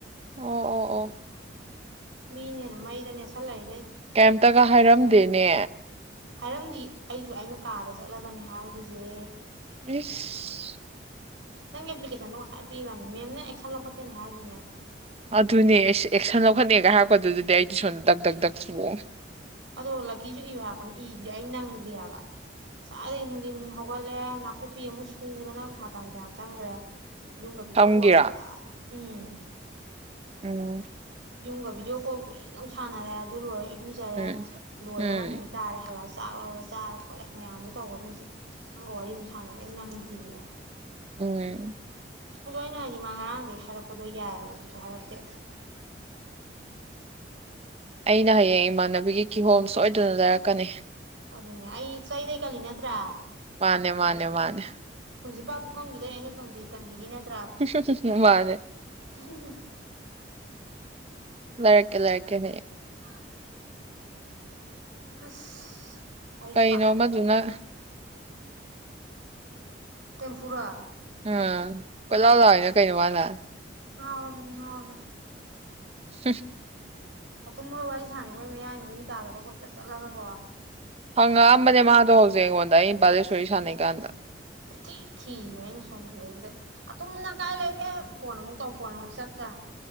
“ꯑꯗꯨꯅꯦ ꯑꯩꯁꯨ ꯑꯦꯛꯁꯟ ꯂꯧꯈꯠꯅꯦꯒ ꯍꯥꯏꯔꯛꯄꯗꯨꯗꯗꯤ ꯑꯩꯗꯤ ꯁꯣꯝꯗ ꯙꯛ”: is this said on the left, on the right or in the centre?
Right